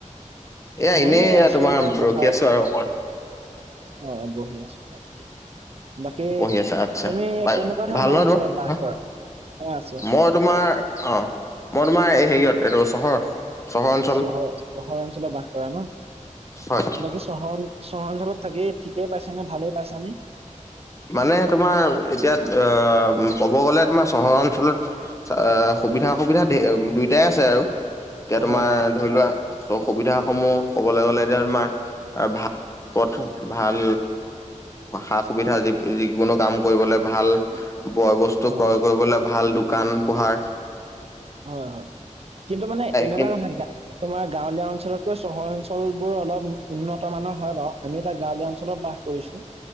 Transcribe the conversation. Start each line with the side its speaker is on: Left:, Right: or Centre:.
Left: এয়া
Right: ময়ো
Left: এনেই
Right: এই
Left: এ
Right: আছো
Left: তোমাৰ
Right: এতিয়া পথাৰত
Left: ৰখি আছোঁ আৰু অকণ।
Right: অ' বহি আছোঁ তাকে। বাকী
Left: পঢ়ি আছা আচ্ছা।
Right: তুমি
Left: বাই-
Right: কেনেকুৱা ধৰণৰ
Left: ভাল নহয়
Right: অঞ্চলত
Left: তোমাৰ?
Right: বাস কৰা? অ' আছো আছো।
Left: মই তোমাৰ অ, মই তোমাৰ হেৰিয়ত, এইটো চহৰত। চহৰ অঞ্চল
Right: চহৰ, চহৰ অঞ্চলত বাস কৰা ন।
Left: হয়।
Right: বাকী চহৰ চহৰ অঞ্চলত থাকেই ঠিকে পাইছ, নে ভালে পাইছানে?
Left: মানে তোমাৰ এতিয়া আহ ক'ব গ'লে তোমাৰ চহৰ অঞ্চলত সুবিধা অসুবিধা দুইটাই আছে আৰু এতিয়া তোমাৰ
Right: হয় হয়
Left: ধৰি লোৱা ত সুবিধাস সমূহ ক'বলৈ গ'লে এতিয়া তোমাৰ ভাল পথ ভাল সা-সুবিধা যি যিকোনো কাম কৰিবলে ভাল, বয়-বস্তু
Right: হয়
Left: ক্ৰয় কৰিবলে ভাল, দু দোকান-পোহাৰ
Right: হয় হয় কিন্তু মানে এনেকুৱা
Left: কিন্তু
Right: কথা গা- তোমাৰ গাঁৱলীয়া অঞ্চল বিশেষকৈ চহৰ অঞ্চলোৰ অলপ উন্নত মানৰ হয় বাৰু, আমি এটা গাঁৱলীয়া অঞ্চলত বাস কৰিছো।